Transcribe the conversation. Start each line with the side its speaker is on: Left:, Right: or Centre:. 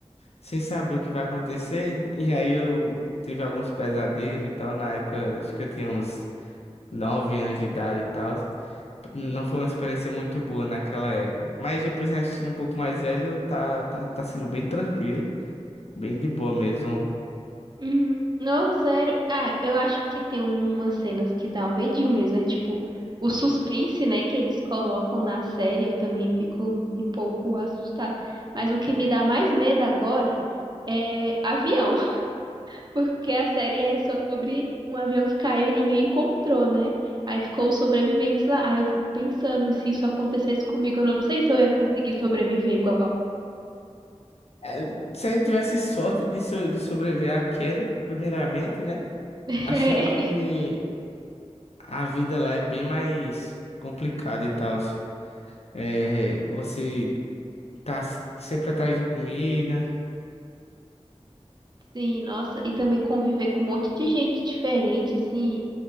Left: sem saber o que vai acontecer. E aí eu tive alguns pesadelos e tal. Na época, acho que eu tinha uns 9 anos de idade e tal. Não foi uma experiência muito boa naquela época. Mas depois assistindo um pouco mais velho, tá, tá, tá sendo bem tranquilo, bem de boa mesmo.
Right: Uhum. Nossa, sério. Ah, eu acho que tem umas cenas que dá o medinho mesmo. É tipo o suspense, né, que eles colocam na série. Eu também fico um pouco assustada. Mas o que me dá mais medo agora é avião. Porque a série é sobre um avião que caiu e ninguém encontrou, né? Aí ficou os sobreviventes lá. Aí eu fico pensando, se isso acontecesse comigo, eu não sei se eu ia conseguir sobreviver igual.
Left: É, se a gente tivesse sorte de, so- de sobreviver à queda, primeiramente, né?
Right: <laughs>
Left: Acho que. a vida lá é bem mais complicada e tal. É, você tá s- sempre atrás de comida.
Right: Sim, nossa, e também conviver com um monte de gente diferente, assim,